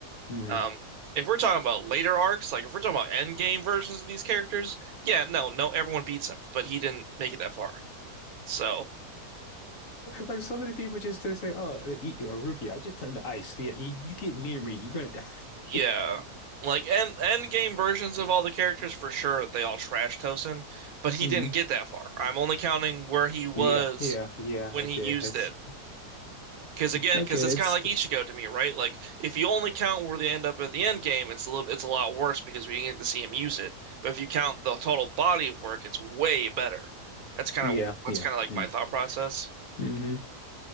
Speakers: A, on the left; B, on the right.
A: hmm
B: Um,
A: <laughs>
B: if we're talking about later arcs, like if we're talking about end game versions of these characters, yeah, no, no, everyone beats him, but he didn't make it that far. So
A: Like so many people just they say, "Oh, uh, e- uh, rookie, I just turned to ice. Yeah, you, you get near me, you're gonna die."
B: yeah,
A: <laughs>
B: like end end game versions of all the characters for sure they all trash Tosin, but he
A: hmm
B: didn't get that far. I'm only counting where he was
A: Yeah, yeah, yeah.
B: when
A: Okay,
B: he used
A: that's
B: it. Because again,
A: okay.
B: because it's
A: It's
B: kind of like Ichigo to me, right? Like if you only count where they end up at the end game, it's a little, it's a lot worse because we didn't get to see him use it. But if you count the total body of work, it's way better. That's kind
A: yeah,
B: of that's
A: yeah.
B: kind of like
A: Mm-hmm.
B: my thought process,
A: mm